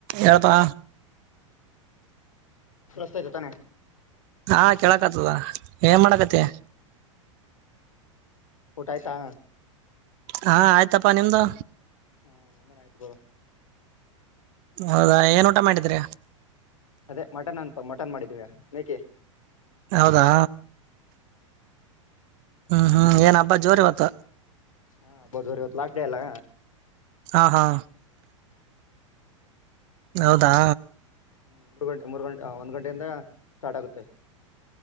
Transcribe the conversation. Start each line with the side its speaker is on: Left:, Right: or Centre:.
Right: ಎರತ ಹೇಳಪ್ಪಾ
Left: ಸ್ತಯತೆ ತಾನೆ
Right: ಹಾ ಕೇಳಕ್ ಆತದ ಏನ್ ಮಾಡಕತಿ
Left: ಊಟ ಆಯ್ತಾ
Right: ಹಾ ಆಯ್ತಪ್ಪಾ ನಿಮ್ದು
Left: ಹಾ ನ್ದನ್ ಆಯ್ತ್ ಗುರ
Right: ಹೌದಾ ಏನ್ ಊಟ ಮಾಡಿದ್ರ
Left: ಅದೇ ಮಟನ್ ಅನ್ಪ ಮಟನ್ ಮಾಡಿದೀವಿ ಮೇಕೆ
Right: ಹೌದಾ ಹ್ಮ್ ಹ್ಮ್ ಏನ್ ಹಬ್ಬಾ ಜೋರಿ ಇವತ್ತ
Left: ಹಾಬ್ಬದರಿ ಇವತ್ತು ಲಾಸ್ಟ್ ಡೇ ಅಲ್ಲಾ
Right: ಹಾ ಹಾ ಹೌದಾ
Left: ಹ್ಮ ಮೂರು ಗಂಟೆ ಮೂರು ಗಂಟೆ ಒಂದ್ ಗಂಟೆಯಿಂದ ಸ್ಟಾರ್ಟ್ ಆಗುತ್ತೆ